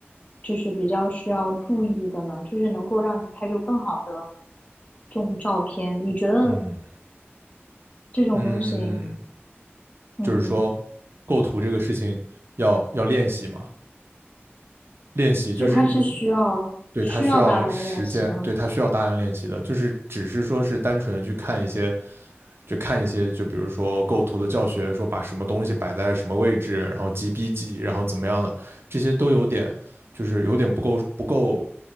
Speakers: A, on the left; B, on the right.
A: 就是比较需要注意的呢？就是能够让你拍出更好的这种照片，你觉得
B: 嗯
A: 这种东西，
B: 嗯，
A: 嗯，
B: 就是说构图这个事情要要练习嘛，练习，
A: 所以它是需要需要大量练习的，
B: 就是你对它需要时间，对它需要大量练习的，就是只是说是单纯的去看一些，就看一些，就比如说构图的教学，说把什么东西摆在什么位置，然后几比几，然后怎么样的，这些都有点就是有点不够不够